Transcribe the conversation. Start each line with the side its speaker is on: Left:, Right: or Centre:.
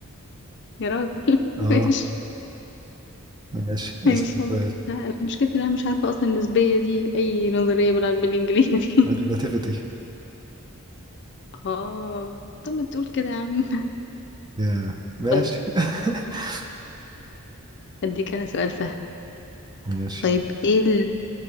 Left: يا راجل <laughs>
Right: اه
Left: ماشي
Right: ماشي اسال
Left: ماشي انا
Right: سؤال
Left: انا مشكلتي إن انا مش عارفة اصلا النسبية دي اي نظرية بال- بالانجليزي <laughs>
Right: الريلاتيفيتي
Left: اه طب ما تقول كده يا عم
Right: يا ماشي
Left: طيب
Right: <laughs>
Left: اديك انا سؤال سهل
Right: ماشي
Left: طيب ايه ال...